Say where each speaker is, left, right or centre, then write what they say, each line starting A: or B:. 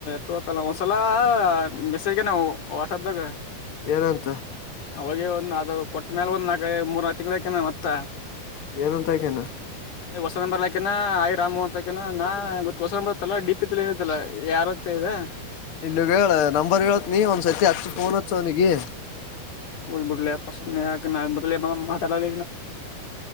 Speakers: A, on the left; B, on the left.
A: ತೋ ಕಲ್ಲ ಮಸಲ್ಲ ಮೆಸೇಜ್ ನ ವಾಟ್ಸಆಪ್್ದಾಗ
B: ಏನಂತ
A: ಅವಾಗ ಒಂದ್ ಅದು ಕೊಟ್ಟ ಮೇಲೆ ಒಂದ್ ನಾಕ ಮೂರ್ ತಿಂಗಳಕ ಮತ್ತ
B: ಏನಂತ ಆಕೇನ
A: ಹೊಸಂದ ಬರ್ಲಾಕನಾ ಯ್ ರಾಮು ಅಂತಲಾಕನ ನಾ ಗೊತ್ತು ಹೊಸಂದ ಬರ್ತಲ್ಲ ಡಿ ಪಿ ತ ಹೇಳತಲ್ಲ ಯಾರ ಇದಾ
B: ಇಲ್ಲಗ ಹೇಳ ನಂಬರ್ ಹೇಳತ್ ನೀ ಒಂದ್ಸತಿ ಹಚ್ಚ ಫೋನ್ ಹತ್ ಅವನಿಗೆ
A: ಬುಡ್ಲಲೆಪ ಸ ನ ಮ ಮತೆಡಾಲ